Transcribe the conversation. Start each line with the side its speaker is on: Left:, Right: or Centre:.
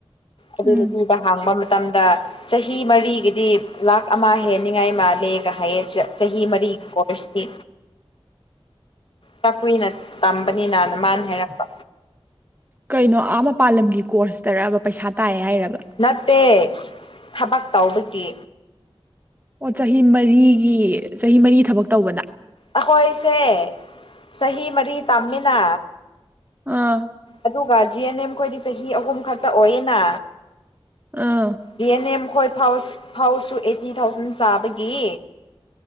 Left: ꯑꯗꯨ
Right: ꯎꯝ
Left: ꯅꯨꯄꯤꯗ ꯍꯥꯡꯕ ꯃꯇꯝꯗ ꯆꯍꯤ ꯃꯔꯤꯒꯤꯗꯤ ꯂꯥꯛ ꯑꯃ ꯍꯦꯟꯅꯤꯉꯥꯏ ꯃꯥꯜꯂꯦꯒ ꯍꯥꯏꯌꯦ ꯆꯍꯤ ꯃꯔꯤꯒꯤ ꯀꯣꯔꯁꯇꯤ ꯆꯥꯛꯀꯨꯏꯅ ꯇꯝꯕꯅꯤꯅꯅ ꯃꯥꯅ ꯍꯥꯏꯔꯛꯄ
Right: ꯀꯩꯅꯣ ꯑꯥ ꯃꯄꯥꯥꯟꯂꯝꯒꯤ ꯀꯣꯔꯁꯇꯔꯕ ꯄꯩꯁꯥ ꯇꯥꯏꯌꯦ ꯍꯥꯏꯔꯕ
Left: ꯅꯠꯇꯦ ꯊꯕꯛ ꯇꯧꯕꯒꯤ
Right: ꯑꯣ ꯆꯍꯤ ꯃꯔꯤꯒꯤ ꯆꯍꯤ ꯃꯔꯤ ꯊꯕꯛ ꯇꯧꯕꯅ
Left: ꯑꯩꯈꯣꯏꯁꯦ ꯆꯍꯤ ꯃꯔꯤ ꯇꯝꯃꯤꯅ
Right: ꯑꯥ
Left: ꯑꯗꯨꯒ ꯖꯤ ꯑꯦꯟ ꯑꯦꯝ ꯈꯈꯣꯏꯗꯤ ꯆꯍꯤ ꯑꯍꯨꯝ ꯈꯛꯇ ꯑꯣꯏꯌꯦꯅ
Right: ꯑꯥ
Left: ꯗꯤ ꯑꯦꯟ ꯑꯦꯝ ꯈꯣꯏ ꯐꯥꯎ ꯐꯥꯎꯁꯨ ꯑꯩꯠꯇꯤ ꯊꯥꯎꯖꯟ ꯆꯥꯕꯒꯤ